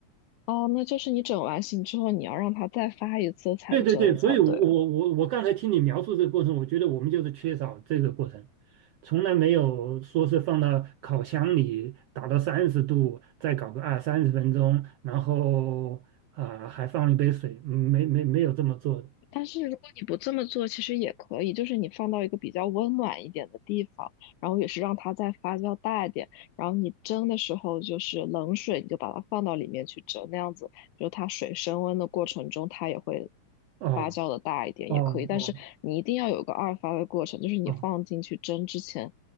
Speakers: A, on the left; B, on the right.
A: 哦，那就是你整完形之后，你要让它再发一次才蒸才对。
B: 对对对，所以我我我我刚才听你描述这个过程，我觉得我们就是缺少这个过程，从来没有说是放到烤箱里打到三十度，再搞个二三十分钟，然后啊、还放一杯水，嗯没没没有这么做的
A: 但是如果你不这么做，其实也可以，就是你放到一个比较温暖一点的地方，然后也是让它再发酵大一点，然后你蒸的时候就是冷水，你就把它放到里面去蒸，那样子就它水升温的过程中，它也会
B: 哦
A: 发酵的大一点，
B: 哦哦
A: 也可以。但是你一定要有个二发的过程，就是你放进去蒸之前，
B: 哦